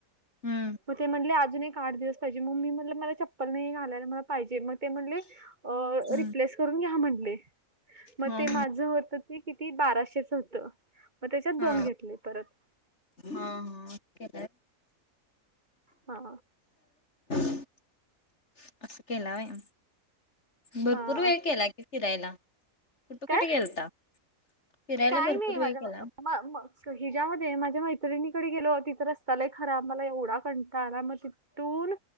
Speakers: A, on the left; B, on the right.
A: हम्म
B: मग ते म्हटले अजून एक आठ दिवस पाहिजे मग मी म्हटलं मला चप्पल नाही घालायला मला पाहिजे मग ते म्हणले
A: हम्म.
B: रिप्लेस करून घ्या म्हटले मग
A: हा
B: ते माझ होत ते किती बाराशेच होत मग त्याच्यात
A: हा
B: दोन घेतले परत
A: हा हा के
B: हा
A: असं केला वम भरपूर
B: हां.
A: वेळ केला की फिरायला कुठे कुठे
B: काय?
A: गेलता फिरायला
B: काय
A: भरपूर
B: नाही
A: वेळ
B: माझ्या
A: केला.
B: हिज्यामध्ये माझ्या मैत्रिणीकडे गेलो तिथं रस्ता लाय खराब मला एवढा कंठाला आला मग ति तून